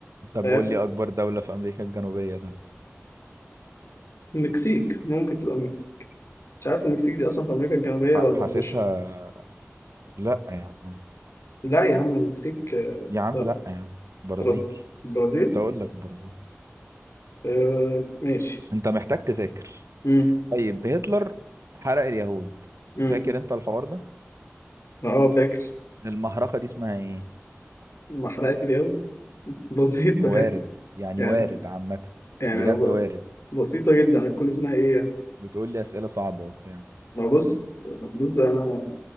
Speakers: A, on the right; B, on the left.
A: طب
B: فاهم
A: قول لي اكبر دولة في امريكا الجنوبية طيب.
B: المكسيك ممكن تبقى المكسيك مش عارف المكسيك دي اصلا في امريكا الجنوبيه
A: ح-
B: ولا
A: حاسسها
B: في الش-
A: لا يا عم
B: لا يا عم المكسيك آه،
A: يا عم
B: لا
A: لا يا عم برازيل
B: برز... البرازيل
A: كنت اقول لك برازيل
B: آه ماشي
A: انت محتاج تذاكر
B: امم
A: طيب هتلر حرق اليهود
B: امم
A: فاكر انت الحوار ده
B: ما هو فاكر
A: المهرجة دي اسمها ايه
B: ما حرقت اليوم <laughs> بسيطه
A: وارد
B: يعني
A: يعني
B: يعني
A: وارد عامة
B: يعني
A: بجد
B: هو
A: وارد
B: بسيطه جدا هتكون اسمها ايه يعني
A: بتقول لي اسئلة صعبة وبتاع
B: ما بص بص انا